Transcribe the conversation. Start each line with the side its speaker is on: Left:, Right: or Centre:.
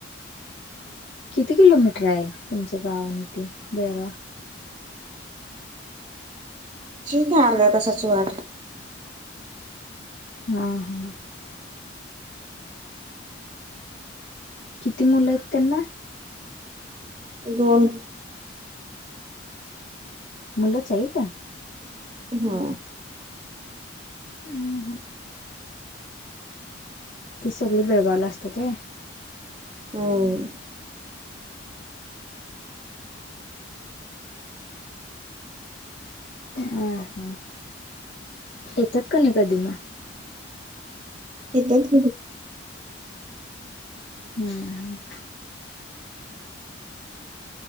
Left: किती किलोमीटर आहे तुमचं गाव आणि तेे बेळगाव
Right: ठीक आहे अर्ध्या तासाची वाट
Left: हा हा किती मुलं आहेत त्यांना
Right: दोन
Left: मुलं च त्या
Right: हा
Left: आणि ह ती सगळी बेळगावला असते ते
Right: हम्म
Left: हां हां येतात का नाही कधी म
Right: किथच
Left: हम्म